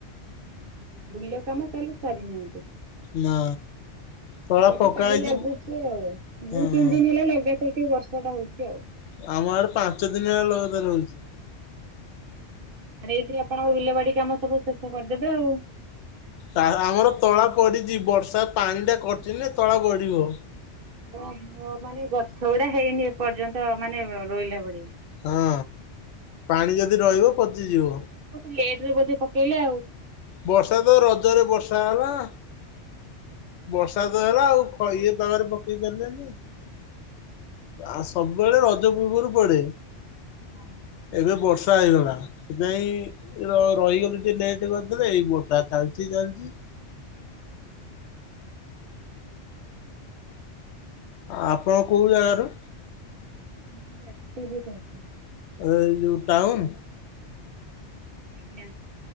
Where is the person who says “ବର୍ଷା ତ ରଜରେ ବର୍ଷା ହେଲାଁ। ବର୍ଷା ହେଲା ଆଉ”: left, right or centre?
Left